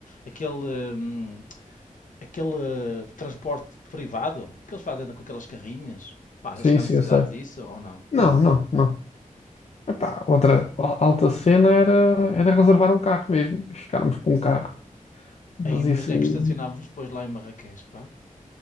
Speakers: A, on the left; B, on the left.
A: Aquele. hum, aquele eh, transporte privado que eles fazem com aquelas carrinhas. Pá, achas
B: Sim,
A: que há
B: sim,
A: necessidade
B: eu sei.
A: disso ou não?
B: Não, não, não. Epá, outra a- alta cena era, era reservar um carro mesmo. Ficarmos com um carro. Mas
A: Aí, mas
B: isso
A: onde é
B: aí.
A: que estacionávamos depois lá em Marrakech, pá?